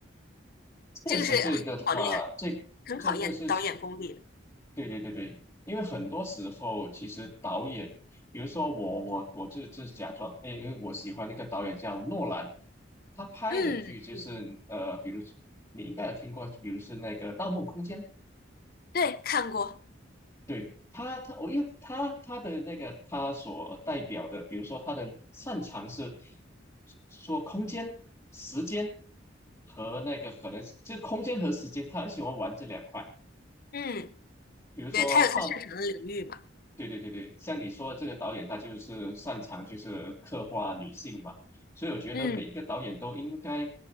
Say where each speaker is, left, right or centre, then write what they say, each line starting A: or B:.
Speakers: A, on the left (about 20°); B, on the left (about 50°).
A: 确实这一个的话，
B: 这个是很考验
A: 这这个是，
B: 很考验导演功力的。
A: 对对对对，因为很多时候其实导演，比如说我我我就就假装，因为我喜欢那个导演叫诺兰，他拍的剧就是呃，
B: 嗯嗯，
A: 比如说你应该有听过，比如是那个《盗梦空间》。
B: 对，看过，
A: 对他，他我因为他他的那个他所代表的，比如说他的擅长是说空间、时间和那个可能是就空间和时间，他很喜欢玩这两块。
B: 嗯，
A: 比如说到，
B: 对，他有他擅长的领域嘛，
A: 对对对对，像你说的这个导演，他就是擅长就是刻画女性嘛，所以我觉得每一个导演都应该，
B: 嗯。